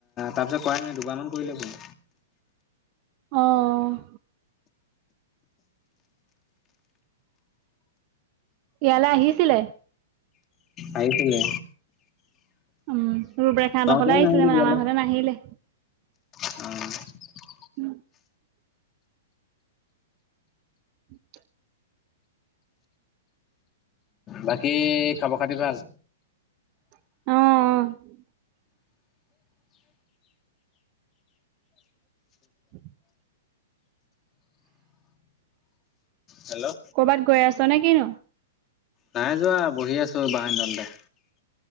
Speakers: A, on the left; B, on the right.
A: তাৰপিছত কৰাই নাই দুবাৰমান কৰিলে ফোন।
B: অ'। ইয়ালৈ আহিছিলে।
A: আহিছিলে।
B: উম, <unintelligible>
A: তহঁতেও
B: আহিছিলে
A: নাহিলি
B: মানে
A: বিয়ালে।
B: আমাৰ ঘৰলে নাহিলে।
A: অ'।
B: <unintelligible> <unintelligible>
A: বাকী খবৰ খাতি ভাল।
B: অ', অ'। <inaudible>
A: হেল্ল'
B: কৰ'বাত গৈ আছোঁ নে কিনো?
A: নাই যোৱা বহি আছোঁ বাহঁৰ তলতে।